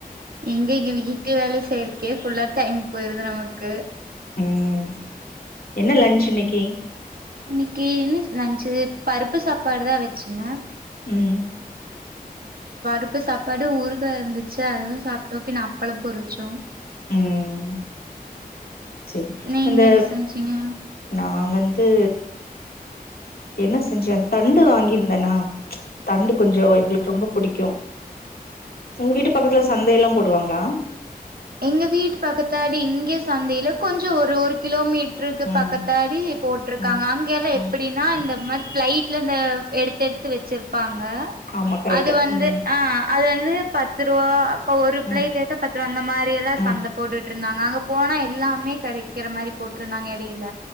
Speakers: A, on the right (about 70°); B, on the left (about 75°).
A: எங்க இங்க வீட்டு வேல செய்யருக்கே ஃபுல்லா டைம் போயிருது நமக்கு
B: உம் என்ன லன்ச் இன்னிக்கி
A: இன்னிக்கி என்ன லஞ்சு பருப்பு சாப்பாடு தா வெச்சங்க
B: உம்
A: பருப்பு சாப்பாடு ஊருகா இருந்துச்சு அதுவு சாப்ட்டோ பின்ன அப்பளோ பொறிச்சோ
B: உம் செரி
A: நீங்க
B: அந்த
A: என்ன செஞ்சீங்க
B: நா வந்து என்ன செஞ்சே தண்டு வாங்கியிருந்தேனா தண்டு கொஞ்சோ எங்குளுக்கு ரொம்ப புடிக்கோ உங்க வீட்டு பக்கத்துல சந்தையெல்லா போடுவாங்களா
A: எங்க வீட்டு பக்கத்தாடி இங்க சந்தைல கொஞ்சோ ஒரு ஒரு கிலோமீட் ட்ருக்கு
B: ம்
A: பக்கத்தாடி போட்டுருக்காங்க
B: ம்
A: அங் கயெல்லா எப்டீன்னா
B: ம்
A: இந்த மாரி ஃப்ளைட்ல இந்த எடுத்து எடுத்து வெச்சுருப்பாங்க
B: ஆமா கரெக்ட்டு
A: அது வந்து
B: ம்
A: அ அது வந்து பத்துருவா அப்ப ஒரு ஃப்ளைட்
B: ம்
A: ஏத்த பத்துருபா இந்த மாரிலா
B: ம்
A: சந்த போட்டுட்டு இருந்தாங்க அங்க போனா எல்லாமே கெடைக்கிற மாரி போட்டுருந்தாங்க எடையில